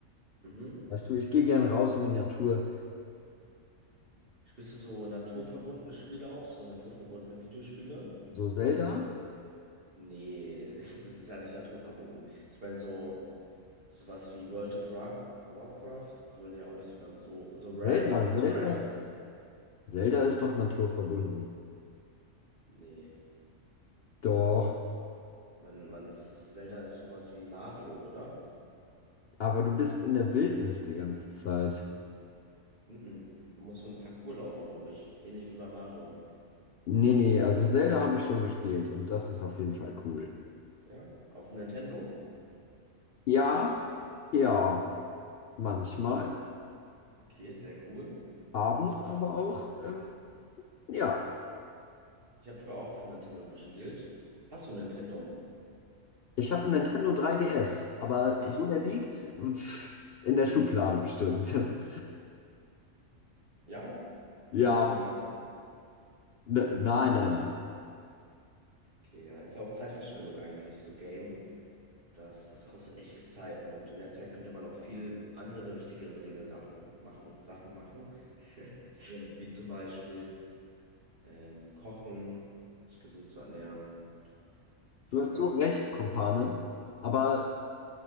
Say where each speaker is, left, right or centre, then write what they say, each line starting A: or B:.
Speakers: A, on the right (about 45°); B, on the left (about 60°).
A: Mhm.
B: Weißt du, ich gehe gern raus in die Natur.
A: Spielst du so naturverbundene Spiele auch, so naturverbundene Videospiele?
B: So Zelda?
A: Nee, <laughs> das ist ja nicht naturverboten. Ich meine, so sowas wie World of Rock, Warcraft, obwohl nee, auch nicht so ganz so. So Raft,
B: Zelda,
A: kennst
B: Zelda.
A: du Raft?
B: Zelda ist doch naturverbunden.
A: Nee,
B: Doch,
A: man, man ist das, Zelda ist sowas wie Mario, oder?
B: aber du bist in der Wildnis die ganze Zeit.
A: Mhm. Man muss so ein Parcours laufen, glaube ich. Ähnlich wie bei Mario.
B: Nee, nee, also Zelda habe ich schon gespielt und das ist auf jeden Fall cool.
A: Ja? Auf dem Nintendo?
B: Ja, ja, manchmal.
A: Okay, sehr cool.
B: Abends
A: Ich habe
B: aber auch, ähm, ja.
A: ich hab früher auch auf dem Nintendo gespielt. Hast du ein Nintendo?
B: Ich habe einen Nintendo 3DS, aber
A: Echt?
B: wo der liegt? Pff, In der Schublade bestimmt. <laughs>
A: Ja?
B: Ja,
A: Benutzt du den gar nicht mehr?
B: ne, nein, nein, nein.
A: Okay, ja. Ist ja auch Zeitverschwendung eigentlich, so Game. Das, das kostet echt viel Zeit und in der Zeit könnte man auch viel andere wichtigere Dinge Sachen machen, Sachen machen, wie zum Beispiel ähm, kochen, sich gesund zu ernähren, viele
B: Du hast
A: weitere
B: so recht,
A: Dinge.
B: Kumpane. Aber